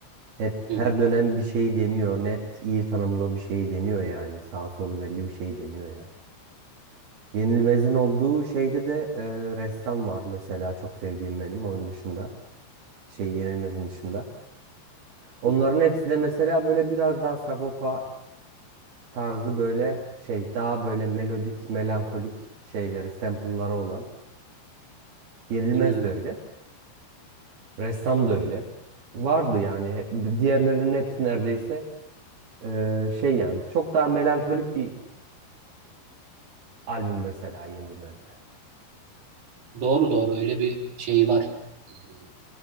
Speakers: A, on the right; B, on the right.
A: Hep
B: Hı
A: her
B: hı,
A: dönem bir şey deniyor. Net iyi tanımlı bir şey deniyor yani. Sağ solu belli bir şey deniyor yani. Yenilmez'in olduğu şeyde de e, ressam var mesela çok sevdiğim benim onun dışında. Şey Yenilmez'in dışında. Onların
B: hı hı.
A: hepsi de mesela böyle biraz daha Sagopa tarzı böyle şey daha böyle melodik, melankolik şeyleri, sample'ları olan. Yenilmez
B: Hmm.
A: de öyle. Ressam da öyle. Vardı yani hep- diğerlerinin hepsi neredeyse e, şey yani çok daha melankolik bir albüm mesela Yenilmez'de.
B: Doğru doğru öyle bir şey var. Hmm.